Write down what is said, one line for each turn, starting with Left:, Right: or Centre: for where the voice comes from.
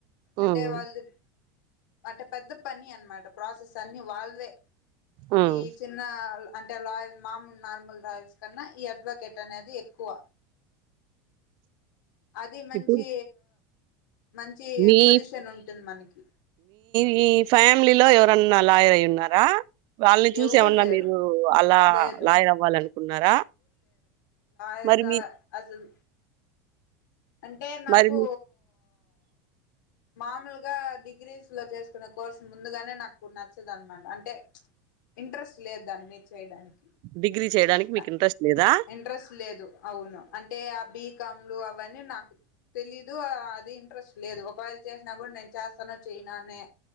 Left: అంటే
Right: ఉమ్
Left: వాళ్ళు అంటే పెద్ద పని అనమాట ప్రాసెస్ అన్ని వాళ్ళవే
Right: ఉమ్.
Left: ఈ చిన్న లా అంటే లాయల్ మామూలు నార్మల్ లాయర్స్ కన్నా ఈ అడ్వకేట్ అనేది ఎక్కువ అది మంచి
Right: ఇప్పుడు
Left: మంచి
Right: మీ
Left: పొజిషన్ ఉంటుంది మనకి
Right: మీ ఫ్యామిలీ లో ఎవరన్నా లాయర్ అయి ఉన్నారా వాళ్ళని చూసి
Left: ఎవరు
Right: ఏమన్నా
Left: లేరు
Right: మీరు అలా
Left: లేదు
Right: లాయర్ అవ్వాలనుకున్నారా
Left: దర్గా
Right: మరి మీ
Left: అసలు అంటే నాకూ
Right: మరి మీ
Left: మామూలుగా డిగ్రీస్ లో చేసుకునే కోర్సు ముందుగానే నాకు నచ్చదు అనమాట అంటే ఇంట్రెస్ట్ లేదు దాని మీద చేయడానికి
Right: డిగ్రీ చేయడానికి
Left: నాకు
Right: మీకు ఇంట్రెస్ట్ లేదా
Left: ఇంట్రెస్ట్ లేదు అవును అంటే ఆ బీకామ్లు అవన్నీ నాకు తెలీదు అది ఇంట్రెస్ట్ లేదు ఒకవేళ చేసినా కూడా నేను చేస్తానో చేయనా అనే